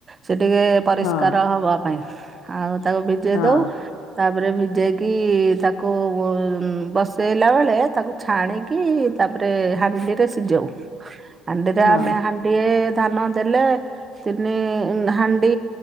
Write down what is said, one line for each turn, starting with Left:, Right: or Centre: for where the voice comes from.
Right: ସେ ଟିକେ ପରିଷ୍କାର
Left: ହଁ
Right: ହବା ପାଇଁ। ଆଉ ତାକୁ ଭିଜେଇ
Left: ହଁ
Right: ଦଉ ତାପରେ ସିଝେଇକି ତାକୁ ବ ଉଁ ବସେଇଲା ବେଳେ ତାକୁ ଛାଣିକି ତାପରେ। ହାଣ୍ଡିରେ ସିଝଉ ହାଣ୍ଡିରେ
Left: ହଁ
Right: ଆମେ ହା ଏ ଧାନ ଦେଲେ ତିନି ଉଁ ହାଣ୍ଡି